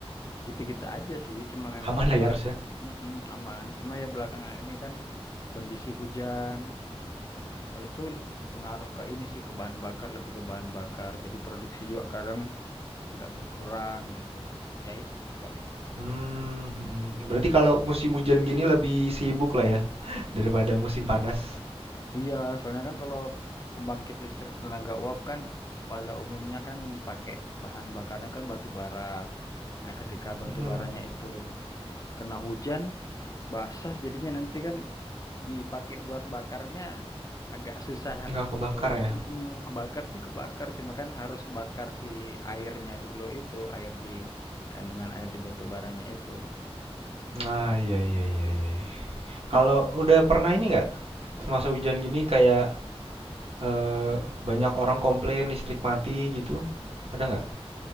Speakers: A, on the left (about 35°); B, on the right (about 65°).
A: gitu-gitu aja sih. Cuma memang
B: aman lah
A: belak
B: ya harus ya
A: Mm-mm, aman. Cuma ya belakangan ini kan kondisi hujan. Oh, itu pengaruh ke ini sih ke bahan bakar lebih ke bahan bakar jadi produksi juga kadang agak berkurang gitu ya itu sih paling
B: mhm, berarti kalau musim hujan gini lebih sibuk lah ya <laughs> daripada musim panas?
A: iya soalnya kan kalau pembangkit listrik tenaga uap kan pada umumnya kan pakai bahan bakarnya kan batu bara nah ketika batu
B: Mhm,
A: baranya itu kena hujan basah jadinya nanti kan dipakai buat bakarnya agak susah
B: nggak kebakar
A: gitu.
B: ya?
A: Mm-mm, kebakar sih kebakar, cuma kan harus bakar si airnya dulu itu, air di kandungan air di batu baranya itu.
B: Ah, iya iya iya iya.
A: Mm,
B: Kalau udah pernah ini nggak, semasa hujan gini kayak, eee, banyak orang komplain listrik mati gitu, ada nggak?